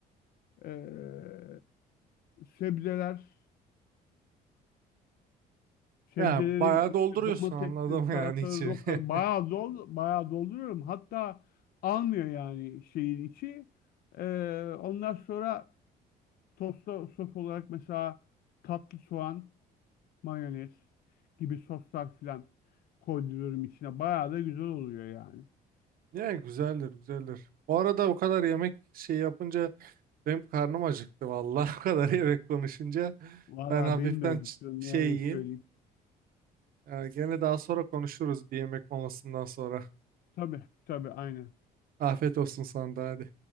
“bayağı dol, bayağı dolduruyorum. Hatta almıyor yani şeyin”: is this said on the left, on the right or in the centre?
Left